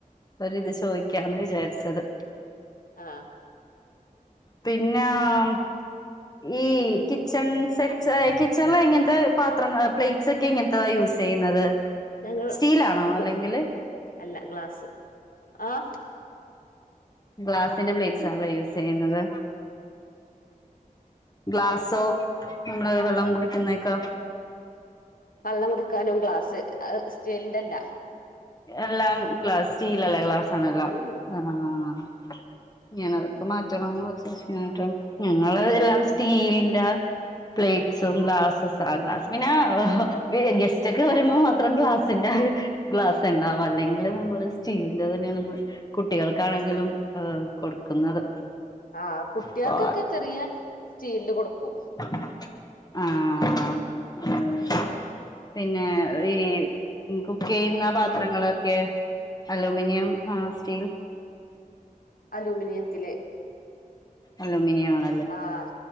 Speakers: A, on the left; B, on the left.
A: ഒരിത് ചോദിക്കാന്ന് വിചാരിച്ചത്
B: ആഹ്
A: പിന്നെ ആം ഈ,, കിച്ചൺ സെറ്റ്സ് കിച്ചണില ഇങ്ങനത്തെ പാത്രം പ്ലേറ്റ്സ് ഒക്കെ ഇങ്ങനത്തെതാ യൂസ് ചെയ്യുന്നത്
B: ഞങ്ങള്്ഗ്ള്
A: സ്റ്റീലാണോ അല്ലെങ്കില്
B: അല്ല ഗ്ലാസ്സ് ആഹ്
A: ഗ്ലാസ്സിന്റെ പ്ലേറ്റ്സ് ആണ്ല്ലേ യൂസ് ചെയ്യുന്നത് ഗ്ലാസോ നമ്മള് വെള്ളം കുടി ക്കുന്നതൊക്കെ
B: വള്ളം കുടുക്കാനും ഗ്ലാസ് സ്റ്റീലിന്റെല്ല
A: എല്ലാം ഗ്ലാസ് സ്റ്റീലല്ല ഗ്ലാസ്
B: ഉം
A: ആണല്ലാം
B: ഉം
A: ആഹ് ഞാനതൊക്കെ മാറ്റണംന്ന് ഓർത്താ ഇരിക്കാനെട്ടോ ഞങ്ങള് എല്ലാം
B: ആഹ്
A: സ്റ്റീലിന്റെ പ്ലേറ്റ്സും ഗ്ലാസ്സസ് ആ ഗ്ലാസ് പിന്നെ ഗെസ്റ്റ ഒക്കെ വരുമ്പോൾ മാത്രം ഗ്ലാസ്സിന്റെ ഗ്ലാസ് ണ്ടാവും അല്ലെങ്കിൽ നമ്മള് സ്റ്റീലിന്റെ തന്നെയ നമ്മ കുട്ടികൾക്കാണെങ്കിലും ആ കൊടുക്കുന്നത്
B: ആഹ് കുട്ട്യേൾക്കൊക്കെ
A: അപ്പൊ
B: ചെറിയ സ്റ്റീല്ല് കൊടുക്കും
A: ആഹ് അത് ല്ലേ
B: ഉം
A: പിന്നെ ഈ കുക്കെയ്യുന്ന പ പത്രങ്ങളൊക്കെ അലൂമിനിയം ആ സ്റ്റീൽ
B: അലൂമിനിയത്തില്
A: അലൂമിനിയം ആണ്
B: ആഹ്